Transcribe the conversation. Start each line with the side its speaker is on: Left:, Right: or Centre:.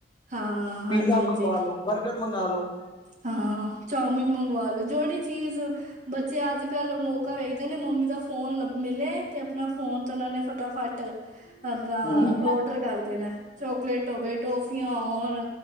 Right: ਹਾਂ ਹਾਂਜੀ
Left: ਪੀਜ਼ਾ
Right: ਹਾਂਜੀ
Left: ਮੰਗਾ ਲੋ ਬਰਗਰ ਮੰਗਾ ਲੋ।
Right: ਹਾਂ ਚੋਮਿੰਨ ਮੰਗਵਾ ਲੋ ਜੇੜੀ ਚੀਜ਼ ਬੱਚੇ ਅੱਜ ਕੱਲ੍ਹ ਮੌਕਾ ਵੇਖਦੇ ਨੇ ਮੰਮੀ ਦਾ ਫੋਨ ਮਿਲੇ ਤੇ ਆਪਣਾ ਫੋਨ ਤੇ ਓਨਾਂ ਨੇ ਫਟਾਫਟ ਆਪਾਂ
Left: ਹਮ
Right: ਔਡਰ ਕਰਦੇ ਨਾ ਚੋਕਲੇਟ ਹੋਵੇ ਟੋਫੀਆਂ ਹੋਣ